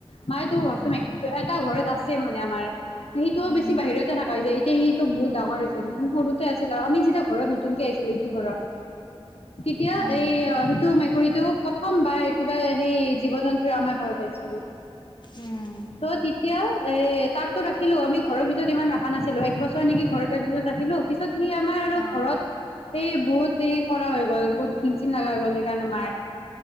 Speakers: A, on the left (about 75°); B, on the left (about 45°).
A: <unintelligible>
B: উম
A: সেইটো
B: উম
A: বেছি বাহিৰতে থকা জায় সি সিতো বহুত ডাঙৰ হৈছিল, সৰুতে আছিল আৰু আমি যেতিয়া ঘৰত নতুনকে আহিছিলো এইটো ঘৰত এয়া এতিয়া
B: উম
A: এই সিটো মেকুৰীটো প্ৰথম বাৰ কিবা সেই জীৱ জন্তু আমাৰ ঘৰত আহিছিল,
B: উম
A: ত তেতিয়া এ তাকতো ৰাখিলো আমি ঘৰৰ ভিতৰত ইমান ৰখা নাছিলো একবছৰ হয় নেকি ঘৰত তাৰপিছত ৰাখিলো তাৰপিছত ই আমাৰ আৰু
B: অ
A: ঘৰত এই বহুত এই কৰা হৈ গল বহুত ঘিন চিন লগা গ'ল সেইকাৰণে মাৰ